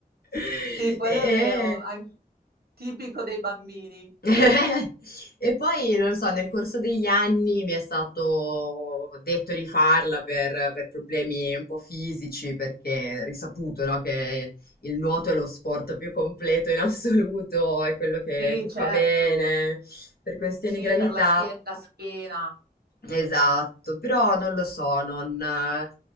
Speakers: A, on the left (about 75°); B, on the right (about 80°).
A: <laughs>
B: Sì, quello
A: E,
B: è vero, an- tipico dei bambini.
A: <laughs> E poi, non lo so, nel corso degli anni mi è stato detto di farla per, per problemi un po' fisici, perché è risaputo, no, che il nuoto è lo sport più completo in assoluto, è quello che,
B: Sì,
A: che
B: certo.
A: fa bene per questioni
B: Sì,
A: di gravità.
B: per la schiena, la schiena.
A: Esatto, però non lo so, non, eh,